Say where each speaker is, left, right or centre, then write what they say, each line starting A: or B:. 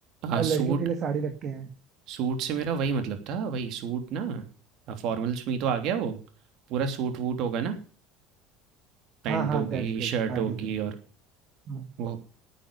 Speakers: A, on the right; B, on the right.
A: हाँ
B: और लड़कियों
A: सूट
B: के लिए साड़ी रखते हैं
A: सूट से मेरा वही मतलब था वही सूट ना फॉर्मल्स में ही तो आ गया वो पूरा सूट वूट होगा ना पैंट
B: हाँ हाँ
A: होगी
B: दैट्स ग्रेट
A: शर्ट
B: हाँ
A: होगी
B: ठीक है
A: और
B: हम्म,
A: वो